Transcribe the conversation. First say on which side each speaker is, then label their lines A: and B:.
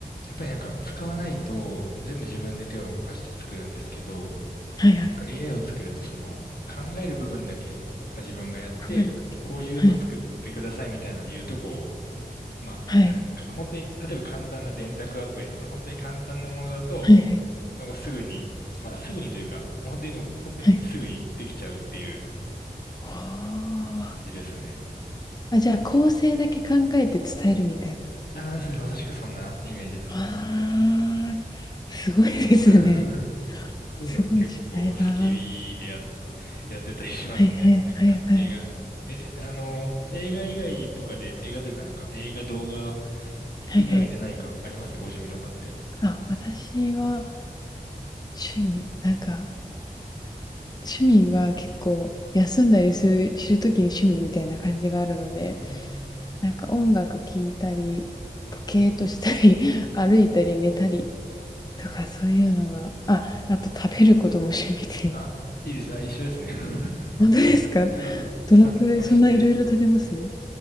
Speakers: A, on the left; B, on the left.
A: やっぱりなんか使わないと、全部自分で手を動かして作るんですけど、
B: はいはい。
A: なんか AI を作ると、その、考える部分だけ、まあ、自分がやって、
B: 考えるわけ。
A: こういうの作ってくださいみたいな言うと、
B: はい。
A: こう、まあ、
B: はい。
A: なんですかね。本当に、例えば簡単な電卓アプリとか、本当に簡単なものだと、
B: はいはい。
A: なんかすぐに、まあ、すぐにというか、本当にでも、本当にすぐにできちゃうっていう
B: はい。はあ。
A: 感じですね。
B: あ、じゃあ、構成だけ考えて伝えるみたいな。
A: ああ、そうです。まさしくそんなイメージですね。
B: ああ、すごいですね。
A: <laughs> そういうの結構好きでや、
B: すごい時代だ。
A: やってたりしますね。
B: はいはいはいはい。
A: なんか、映画、え、あの、映画以外とかで、映画というかなんか、映画、動画
B: はいはい。
A: 以外で何かありますご趣味とかって。
B: あ、私は趣味、なんか、趣味が結構休んだりする、するときに趣味みたいな感じがあるので、
A: うーん。
B: なんか音楽聴いたり、ポケーとしたり、<laughs> 歩いたり寝たりとかそういうのが、あ、あと食べることも趣味で。
A: あ、いいです。あ、一緒ですね。<laughs>
B: <laughs> 本当ですか
A: <laughs> あの、
B: どのくらい、
A: 散歩して、
B: そんないろいろ食べます